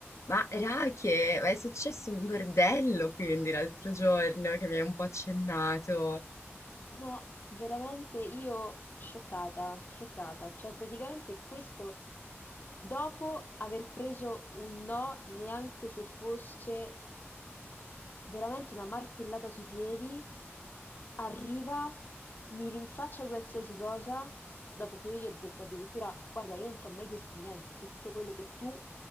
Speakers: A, on the left (about 85°); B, on the left (about 40°).
A: Ma Rache, ma è successo un bordello quindi l'altro giorno che mi hai un po' accennato.
B: No, veramente io scioccata, scioccata, cioè praticamente questo dopo aver preso un no neanche se fosse veramente una martellata sui piedi, arriva, mi rinfaccia qualsiasi cosa, dopo che io gli ho detto addirittura, guarda, io non ti ho mai chiesto niente, tutto quello che tu